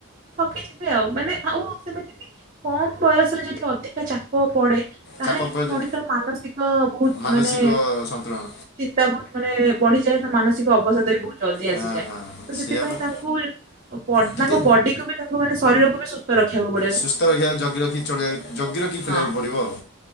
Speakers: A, on the right (about 40°); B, on the left (about 50°).
A: ଥକିଯିବେ ଆଉ ମାନେ ଆଉ ସେମିତି ବି କମ ବୟସରେ ଯଦି ଅଧିକା ଚାପ ପଡେ। ତାହେଲେ
B: ଚାପ ପଡ଼ିଲେ
A: ବି ମଣିଷର ମାନସିକ ବହୁତ
B: ମାନସିକ
A: ମାନେ
B: ସନ୍ତୁଳନ
A: ଚିନ୍ତା ବହୁତ ମାନେ ବଢିଯାଏ ତ, ମାନସିକ ଅବସାଦ ବି ବହୁ ଜଲଦି
B: ହଁ
A: ଆସିଯାଏ,
B: ହଁ ହଁ
A: ତ ସେଥିପାଇଁ
B: ସେଇଆ ପରା
A: ତାଙ୍କୁ
B: ଟିକେ
A: ତାଙ୍କ ବଡି କୁ ବି ତାଙ୍କ ମାନେ ଶରୀରକୁ ବି ସୁ ସ୍ଥ ରଖିବାକୁ ପଡେ।
B: ସୁସ୍ଥ ରଖିବା ଜଗି ରଖି ଚଳିଆ ଜଗି ରଖି ଖେଳିବାକୁ
A: ହଁ
B: ପଡ଼ିବ ଆଉ